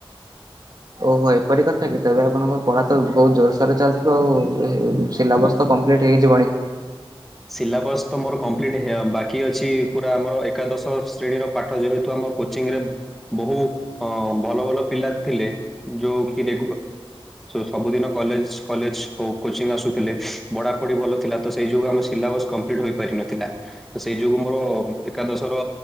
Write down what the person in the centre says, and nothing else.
ସିଲାବସ୍ ତ ମୋର କମ୍ପ୍ଲିଟ୍ ହେ ବାକି ଅଛି ପୁରା ଆମର ଏକାଦଶ ଶ୍ରେଣୀର ପାଠ ଯେହେତୁ ଆମ କୋଚିଂରେ ବହୁ ଭଲ ଭଲ ପିଲା ଥିଲେ। ଯୋଉ କିରେ ସବୁଦିନ କଲେଜ କଲେଜ କୋଚିଂ ଆସୁଥିଲେ। ପଢ଼ାପଢି ଭଲ ଥିଲା ତ ସେଇ ଯୋଗୁଁ ଆମ ସିଲାଇବୋସ୍ କମ୍ପ୍ଲିଟ୍ ହୋଇପାରିିନଥିଲା। ସେଇ ଯୋଗୁ ମୋର ଏକାଦଶ ର